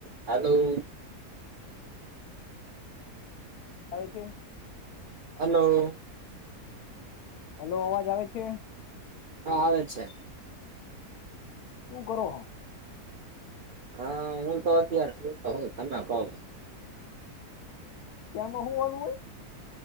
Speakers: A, on the right; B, on the left.
A: હાલો <inaudible>
B: આવે છે.
A: Hello.
B: Hello અવાજ આવે છે?
A: હા આવે છે.
B: શું કરો હો?
A: હા હું તો સંતો હો તમે કો
B: કેમા હુંવાનું હોય